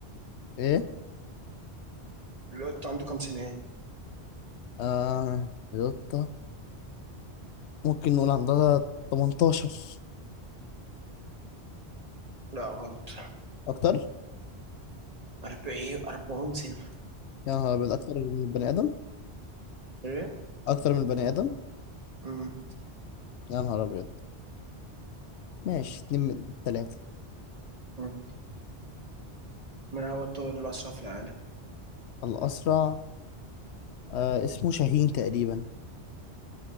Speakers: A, on the left (about 80°); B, on the right (about 35°).
A: إيه
B: القط عنده كم سنة؟
A: آه القطة ممكن نقول عندها 18
B: لا غلط
A: أكتر
B: أربعين أربعون سنة
A: يا نهار أبيض أكتر من البني آدم
B: إيه؟
A: أكتر من البني آدم
B: أمم،
A: يا نهار أبيض ماشي اتنين من التلاتة
B: أمم. ما هو الطائر الأسرع في العالم؟
A: الأسرع آه اسمه شاهين تقريبا